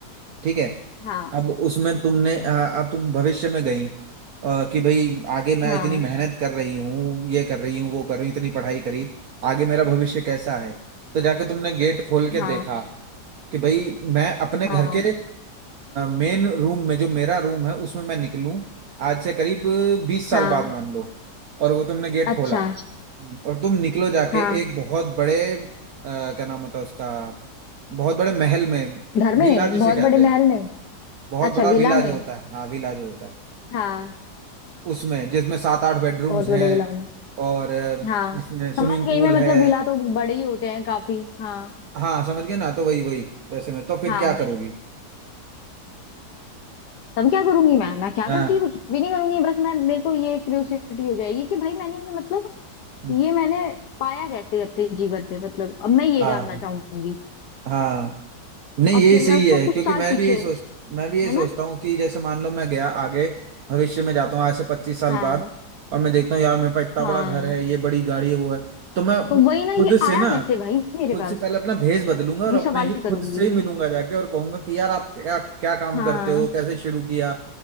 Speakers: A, on the right; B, on the left.
A: ठीक है
B: हाँ
A: अब उसमें तुमने हाँ, अब तुम भविष्य में गई अ, कि भाई आगे मैं
B: हाँ
A: इतनी मेहनत कर रही हूँ ये कर रही हूँ वो कर रही हूँ इतनी पढ़ाई करी आगे मेरा भविष्य कैसा है तो जाके तुमने गेट खोल के
B: हाँ
A: देखा कि भाई मैं अपने
B: हाँ
A: घर के मेन रूम में जो मेरा रूम है उसमें मैं निकलूं आज से करीब बीस साल
B: हाँ
A: बाद मान लो और वो तुमने गेट
B: अच्छा
A: खोला और तुम निकलो जाके
B: हाँ
A: एक बहुत बड़े अ, क्या नाम होता है उसका बहुत बड़े महल में
B: घर में
A: विला जिसे
B: बहुत
A: कहते
B: बड़े महल
A: हैं
B: में
A: बहुत
B: अच्छा
A: बड़ा
B: विला
A: विला
B: में
A: जो होता है हाँ विला जो होता है
B: हाँ
A: उसमें जिसमें सात आठ बेडरूम्स
B: बहुत
A: हैं
B: बड़े विला में
A: और अ,
B: हाँ
A: उसमें स्विमिंग
B: समझ गई
A: पूल
B: मैं मतलब
A: है
B: विला तो बड़े ही होते हैं काफी हाँ
A: हाँ समझ गए ना तो वही वही वैसे में तो फिर
B: हाँ
A: क्या करोगी
B: तब क्या करूंगी मैं मैं क्या
A: हाँ
B: करती कुछ भी नहीं करूंगी बस मैं मेरे को ये क्यूरियोसिटी हो जाएगी कि भाई मैंने ये मतलब
A: हम्म,
B: ये मैंने पाया कैसे अपने जीवन में मतलब अब मैं ये
A: हाँ
B: जानना चाहूंगी
A: हाँ नहीं
B: और
A: ये
B: फिर
A: सही
B: मैं उसको
A: है क्योंकि
B: कुछ साल
A: मैं
B: पीछे
A: भी यही सोच मैं भी यही
B: है
A: सोचता
B: ना
A: हूँ कि जैसे मान लो मैं गया आगे भविष्य में जाता हूँ आज से पच्चीस साल
B: हाँ
A: बाद और मैं देखता हूँ यार मेरे पास इतना
B: हाँ
A: बड़ा घर है ये बड़ी गाड़ी है वो है तो मैं
B: तो वही ना ये
A: खुद
B: आया
A: से ना
B: कैसे भाई मेरे
A: खुद
B: पास
A: से पहले अपना भेष बदलूंगा और
B: ये
A: अपने
B: सवाल
A: ही
B: करूंगी
A: खुद से ही मिलूंगा जाके और कहूंगा कि यार आप क्या क्या काम
B: हाँ
A: करते हो कैसे शुरू किया